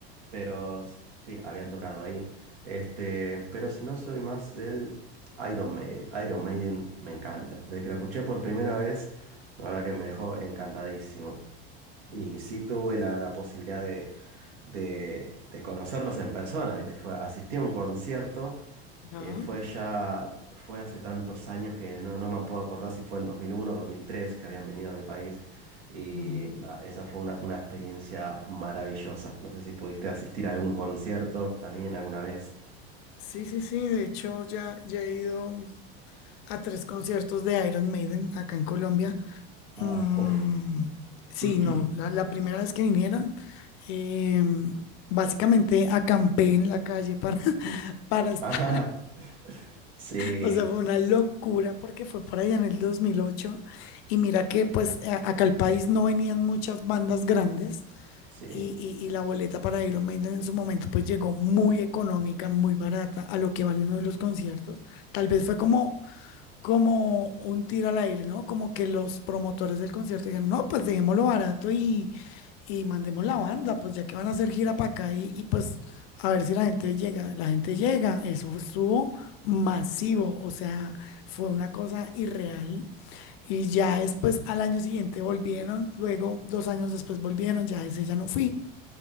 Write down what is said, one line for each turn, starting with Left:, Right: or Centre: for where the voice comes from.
Right: pero sí, habían tocado ahí. Este, pero si no, soy más del Iron Maiden. Iron Maiden me encanta. Desde que lo escuché por primera vez, la verdad que me dejó encantadísimo. Y sí tuve la, la posibilidad de, de, de conocerlos en persona, ¿viste? Fue, asistí a un concierto
Left: ajá,
Right: que fue ya, fue hace tantos años que no, no me puedo acordar si fue en dos mil uno dos mil tres que habían venido a mi país. Y
Left: ujú.
Right: nada, esa fue una, una experiencia maravillosa. No sé si pudiste asistir a algún concierto también alguna vez.
Left: Sí, sí, sí, de hecho ya, ya he ido. a tres conciertos de Iron Maiden acá en Colombia. Mm,
Right: Ah, uff.
Left: sí,
Right: <clears throat>
Left: no, la, la primera vez que vinieron, em, básicamente acampé en la calle para, <laughs> para estar,
Right: Ah, <laughs> sí,
Left: o sea, fue una locura porque fue por allá en el 2008 y mira que pues a- acá al país no venían muchas bandas grandes
Right: sí.
Left: y, y- y la boleta para Iron Maiden en su momento pues llegó muy económica, muy barata a lo que valen hoy los conciertos. Tal vez fue como como un tiro al aire, ¿no? Como que los promotores del concierto dijeron, no, pues dejémoslo barato y, y mandemos la banda, pues ya que van a hacer gira para acá y, y pues a ver si la gente llega. La gente llega, eso estuvo masivo, o sea, fue una cosa irreal. Y ya después, al año siguiente volvieron, luego dos años después volvieron, ya ese ya no fui.